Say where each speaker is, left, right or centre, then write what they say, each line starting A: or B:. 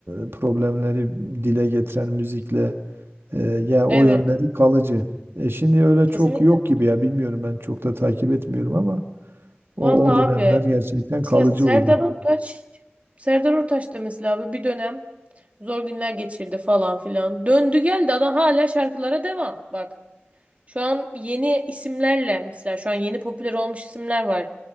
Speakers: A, on the right; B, on the right.
A: e, problemleri dile getiren müzikle e, yani o
B: Evet,
A: yönleri kalıcı. E şimdi öyle
B: kesinlikle.
A: çok yok gibi ya bilmiyorum ben çok da takip etmiyorum ama o
B: Vallahi
A: o
B: abi
A: dönemler gerçekten kalıcı
B: mesela Serdar
A: oldu.
B: Ortaç Serdar Ortaç da mesela abi bir dönem zor günler geçirdi falan filan. Döndü geldi adam hala şarkılara devam. Bak şu an yeni isimlerle mesela şu an yeni popüler olmuş isimler var.